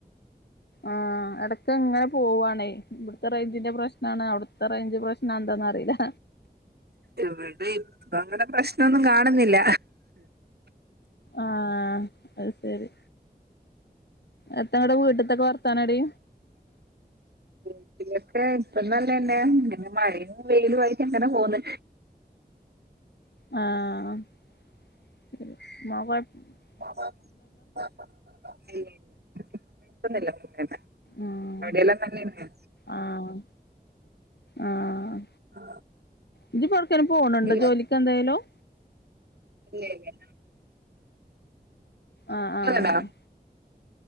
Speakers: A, on the left (about 85°); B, on the right (about 75°).
A: ആഹ് എടക്ക്ങ്ങനെ പോവാണേ. ഇവിട്ത്തെ റേഞ്ചിന്റെ പ്രശ്നാണ് അവിട്ത്തെ റേഞ്ച് പ്രശ്നാന്താന്നറിലാ
B: ഇവടീം ഇപ്പോങ്ങനെ പ്രശ്നൊന്നും കാണ്ന്നില്ല.
A: ആ അഹ് സരി എത്ത അവ്ടെ വീട്ട്ത്തോക്കെ വർത്തന ടീ
B: വീട്ടിലൊക്കെ ഇപ്പന്നല്ലതന്നെ ഇങ്ങനെ മഴയും വെയിലു ആയിട്ട് എങ്ങനെ പോകന്ന്
A: ആ
B: <unintelligible>
A: ഉം
B: അടെല്ലാം നല്ലന്നെ
A: ആഹ് ആഹ്
B: ആ
A: ഇജ്ജിപ്പോ എവിടക്കേലും പോണുണ്ടോ
B: <unintelligible>
A: ജോലിക്ക് എന്തേലും
B: ഇല്ലേ ല്ലേ
A: ആ ആ
B: ണ്ടോ
A: ആഹ്